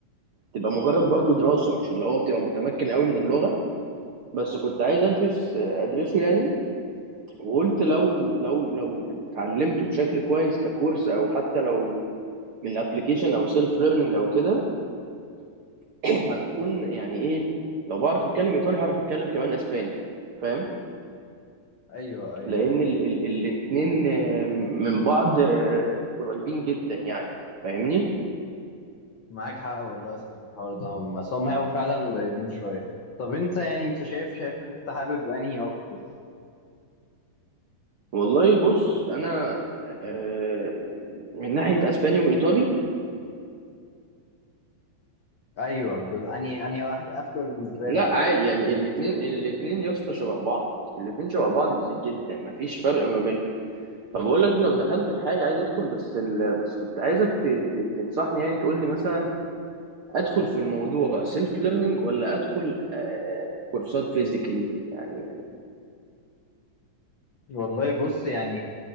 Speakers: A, on the right; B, on the left.
A: تبقى مجرد برضو دراسه مش اللي هو بتبقى متمكن قوي من اللغه بس كنت عايز ادرس ادرسه يعني وقلت لو لو لو اتعلمته بشكل كويس ككورس او حتى لو من الابلكيشن او سيلف ليرنينج او كده <clears throat> هكون يعني ايه لو بعرف اتكلم ايطالي هعرف اتكلم كمان اسباني فاهم
B: ايوه ايوه
A: لان ال ال الاتنين آه، من بعض آه، قريبين جدا يعني فاهمني
B: معاك حق والله يا اسطى في الحوار ده هم هم هيبقوا فعلا قريبين شويه طب انت يعني انت شايف شايف ان انت حابب انهي اكتر
A: والله بص انا آه، من ناحيه اسباني وايطالي
B: ايوه ب- انهي انهي واحد افضل بالنسبه
A: لا
B: لك
A: عادي
B: او انت
A: يعني
B: ايه
A: الاثنين الاثنين يا اسطى شبه بعض الاثنين شبه بعض بز- جدا مفيش فرق ما بينهم فبقول لك لو دخلت في حاجه عايز ادخل بس ال... بس كنت عايزك ت... ت... تنصحني يعني تقول لي مثلا ادخل في الموضوع سيلف ليرنينج ولا ادخل آه، كورسات فيزيكالي يعني
B: والله بص يعني